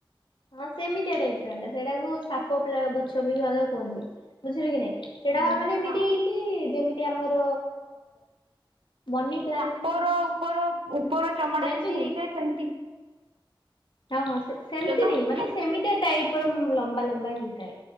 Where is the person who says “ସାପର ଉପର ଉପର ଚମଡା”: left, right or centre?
Right